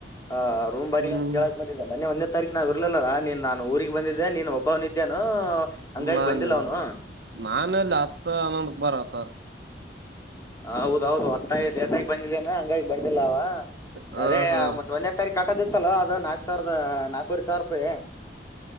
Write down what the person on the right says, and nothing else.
ಹ್ಮ್
ನಾನ್
ನಾನಲ್ಲಿ ಹತ್ತ ಹನೊಂದಕ್ಕ ಬರತ
ಹ
ಹಾ